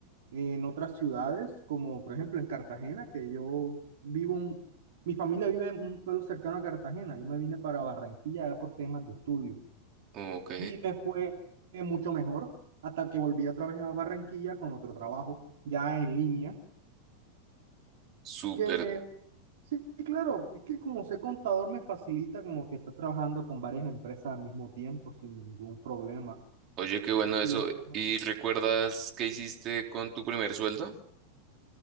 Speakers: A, on the right (about 55°); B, on the right (about 35°).
A: en otras ciudades, como por ejemplo en Cartagena, que yo vivo un, mi familia vive en un pueblo cercano a Cartagena. Yo me vine para Barranquilla ya por temas de estudio
B: Ok,
A: y me fue eh, mucho mejor hasta que volví otra vez a Barranquilla con otro trabajo ya en línea,
B: súper.
A: que me, sí, claro, es que como soy contador me facilita como que estar trabajando con varias empresas al mismo tiempo sin ningún problema.
B: Oye, qué bueno
A: Así que
B: eso.
A: ya está.
B: ¿Y recuerdas qué hiciste con tu primer sueldo?